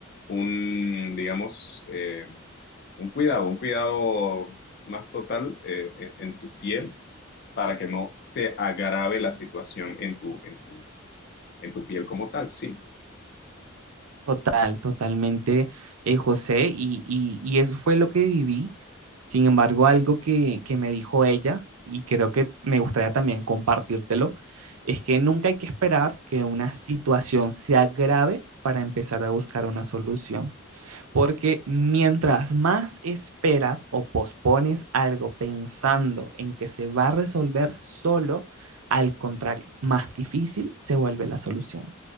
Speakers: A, on the left; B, on the right.
A: un, digamos, eh, un cuidado, un cuidado más total eh, eh, en tu piel para que no se agrave la situación en tu, en tu, en tu piel como tal, sí.
B: Total, totalmente, eh, José, y, y- y eso fue lo que viví. Sin embargo, algo que, que me dijo ella, y creo que me gustaría también compartírtelo, es que nunca hay que esperar que una situación se agrave para empezar a buscar una solución. Porque mientras más esperas o pospones algo pensando en que se va a resolver solo, al contrario, más difícil se vuelve la solución.